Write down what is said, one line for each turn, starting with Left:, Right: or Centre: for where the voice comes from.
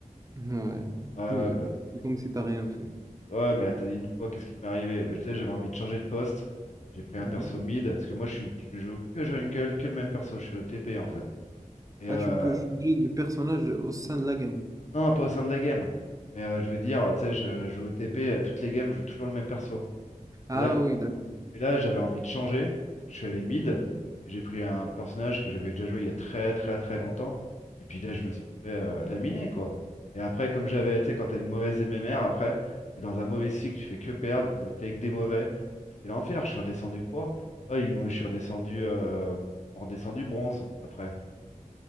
Right: Ouais.
Left: euh,
Right: C'est
Left: ouais, ouais, pa-
Right: c'est comme si t'as rien fait.
Left: ouais, mais attends, une fois, qu'est-ce qui m'est arrivé? Bah, Tu sais, j'avais envie de changer de poste. J'ai pris
Right: Ouais.
Left: un perso mid, parce que moi, je suis, je joue que jungle, que le même perso. Je suis au OTP, en fait. Et
Right: Ah,
Left: euh,
Right: tu peux changer de personnage au sein de la game.
Left: non, pas au sein de la game. Mais euh, je veux dire, tu sais,
Right: Ouais.
Left: je je joue OTP à toutes les games, je joue toujours le même perso.
Right: Ah
Left: Et là.
Right: oui, d'accord.
Left: Et là, j'avais envie de changer. Je suis allé mid.
Right: Oui.
Left: et J'ai pris un personnage que j'avais déjà joué il y a très très très longtemps. Et puis là, je me suis fait euh, laminer, quoi. Et après, comme j'avais été, quand t'as une mauvaise MMR, après, t'es dans un mauvais cycle, tu fais que perdre, ils te mettent qu'avec des mauvais. Et C'était l'enfer. Je suis redescendu quoi? Oh, ils m'ont- je suis redescendu, euh, ils m'ont redescendu bronze après.